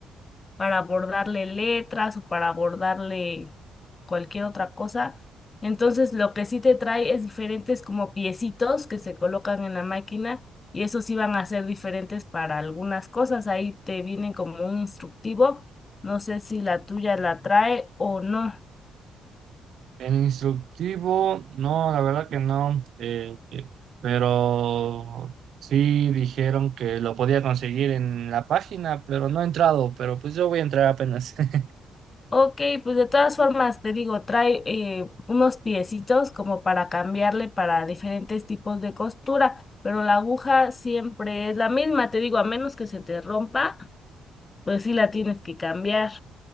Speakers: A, on the left (about 30°); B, on the right (about 70°).
A: para bordarle letras o para bordarle cualquier otra cosa. Entonces, lo que sí te trae es diferentes como piecitos que se colocan en la máquina y esos sí van a ser diferentes para algunas cosas. Ahí te vienen como un instructivo. No sé si la tuya la trae o no.
B: El instructivo, no, la verdad que no, eh, eh, pero sí dijeron que lo podía conseguir en la página, pero no he entrado, pero pues yo voy a entrar apenas. <laughs>
A: Ok, pues de todas formas te digo, trae eh, unos piecitos como para cambiarle para diferentes tipos de costura, pero la aguja siempre es la misma, te digo, a menos que se te rompa, pues sí la tienes que cambiar.